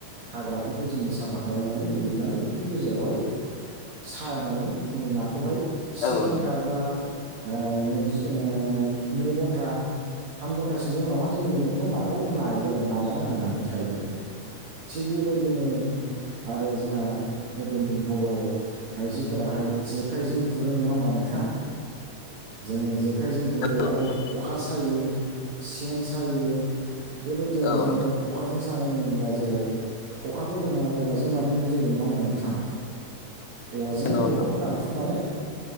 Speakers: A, on the right; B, on the left.
A: हाग्राफोरखौ जोङो साफा खालामनानै बलुनानै बेखौ गेजेरावहाय सानानै जोङो नाखौहाय से
B: औ
A: घन्टा बा ओ नैजि ओ नै घन्टा थाम घन्टासोनि उनावहाय जों बेखौ नाखौ नायो आरो नाया नांनानै थायो आरो थिग बेबायदिनो आरो जोंहा गोदोनि बर' आइजोफोराहाय जेखाइजों गुरो नङा होमबा नोंथां जोङो जे आखाइजों
B: नोंथां
A: गुरो आरो खखा सायो सेन सायो बेबायदिनो
B: औ
A: जेनेबा
B: नोंथां
A: खखाजों सानाय होनोब्ला जेराव खखाखौ जोङो औवाजों बानायनाय जायो नङा होमबा नोंथां? औवाजों
B: नंगौ
A: औवाखौ
B: नोंथां
A: दानख्रुबनानै